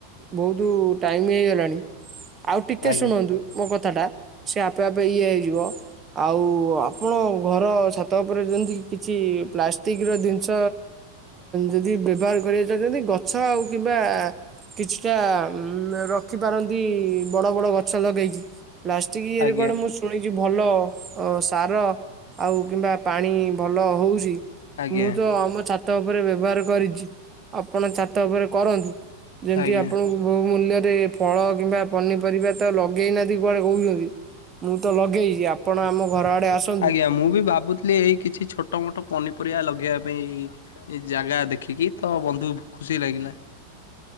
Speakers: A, on the right; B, on the left.
A: ବହୁତ ଟାଇମ୍ ହେଇଗଲାଣି। ଆଉ ଟିକେ
B: ଆଜ୍ଞା
A: ଶୁଣନ୍ତୁ ମୋ କଥାଟା ସେ ଆପେ ଆପେ ଇଏ ହେଇଯିବ। ଆଉ ଆପଣ ଘର ଛାତ ଉପରେ ଯେମିତି କିଛି ପ୍ଲାଷ୍ଟିକ ର ଜିନିଷ ଯଦି ବ୍ୟବହାର କରିବା ଜାଣିଚନ୍ତି ଗଛ ଆଉ କିମ୍ବା କିଛିଟା ଉଁ ରଖିପାରନ୍ତି ବଡ ବଡ ଗଛ ଲଗେଇକି। ପ୍ଲାଷ୍ଟିକ ଇଏରେ
B: ଆଜ୍ଞା
A: କୁଆଡେ ମୁଁ ଶୁଣିଚି ଭଲ ଅସ୍ ସାର ଆଉ କିମ୍ବା ପାଣି ଭଲ ହଉଚି।
B: ଆଜ୍ଞା ଆଜ୍ଞା
A: ମୁଁ ତ ଆମ ଛାତ୍ ତ ଉପରେ ବ୍ୟବହାର କରିଚି ଆପଣ ଛାତ ଉପରେ କରନ୍ତୁ। ଯେମିତି
B: ଆଜ୍ଞା।
A: ଆପଣଙ୍କୁ ବହୁ ମୂଲ୍ୟରେ ଫଳ କିମ୍ବା ପନିପରିବା ତ ଲଗେଇନାହାନ୍ତି କୁଆଡେ କହୁଚନ୍ତି। ମୁଁ ତ ଲଗେଇଚି ଆପଣ ଆମ ଆଡେ ଆସନ୍ତୁ
B: ଆଜ୍ଞା, ମୁଁ ବି ଭାବୁଥିଲି ଏଇ କିଛି ଛୋଟ୍ ଛୋଟମୋଟ ପନିପରିବା ଲଗେଇବା ପାଇଁ ଜାଗା ଦେଖିକି ତ ବନ୍ଧୁ ଖୁସି ଲାଗିଲା।